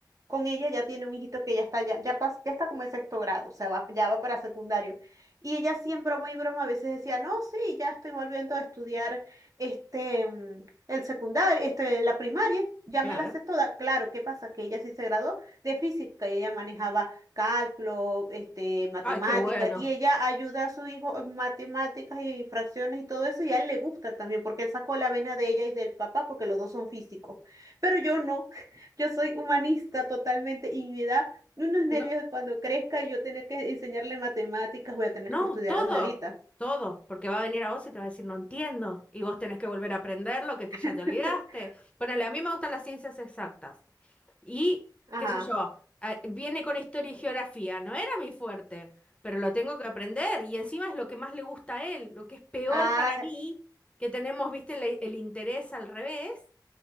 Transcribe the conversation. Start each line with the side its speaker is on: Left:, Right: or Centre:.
Right: con ella, ya tiene un hijito que ya está, ya, ya, pas- ya está como en sexto grado, o sea, va- ya va para secundario. Y ella siempre, muy broma, a veces decía, no, sí, ya estoy volviendo a estudiar este, mm, el secundario, este, la primaria, ya
Left: claro.
Right: me la sé toda. Claro, ¿qué pasa? Que ella sí se graduó de física y ella manejaba cálculo, este, matemáticas,
Left: Ay, qué bueno.
Right: y ella ayuda a su hijo en matemáticas y fracciones y todo eso, y a él le gusta también, porque él sacó la vena de ella y del papá, porque los dos son físicos. Pero yo no, <laughs> yo soy humanista totalmente y me da unos nervios
Left: No,
Right: cuando crezca y yo tener que enseñarle matemáticas, voy a tener
Left: no,
Right: que estudiar
Left: todo,
Right: desde ahorita.
Left: todo, porque va a venir a vos y te va a decir, no entiendo, y vos tenés que volver a aprender lo que te- ya
Right: <laughs>
Left: te olvidaste. Ponele, a mí me gustan las ciencias exactas. Y,
Right: Ajá.
Left: qué sé yo, a- viene con historia y geografía, no era mi fuerte, pero lo tengo que aprender y encima es lo que más le gusta a él, lo que es peor
Right: Ah,
Left: para mí, que tenemos, viste, la- el, interés al revés.